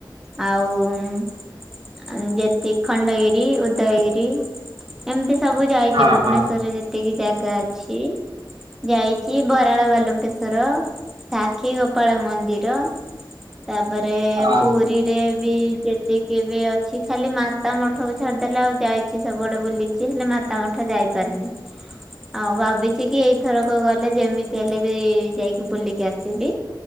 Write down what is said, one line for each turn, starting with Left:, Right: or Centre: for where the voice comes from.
Centre: ଆଉ ଅ ଯେତିକି ଖଣ୍ଡଗିରି, ଉଦ୍ଦୟଗିରି ଏମିତି ସବୁ ଯାଇଛି
Right: ହଁ
Centre: ଭୁବନେଶ୍ଵରରେ
Right: ହଁ
Centre: ଯେତିକି ଜାଗା ଅଛି। ଯାଇଛି ବରାଳ ବାଲୁଙ୍କେଶ୍ଵର, ସାକ୍ଷୀ ଗୋପାଳ ମନ୍ଦି ର ତାପରେ
Right: ହଁ
Centre: ପୁ ରୀରେ ବି ଯେତିକି ବି ଅଛି ଖାଲି ମାତା ମଠକୁ ଛାଡିଦେଲେ ଆଉ ଯାଇଛି ସବୁଆଡେ ବୁଲି ଛି ହେଲେ ମାତା ମଠ ଯାଇପାରିନି। ଆଉ ଭାବିଛି କି ଏଇଥରକ ଗଲେ ଯେମିତି ହେଲେ ବି ଯାଇକି ବୁଲିକି ଆସିବି।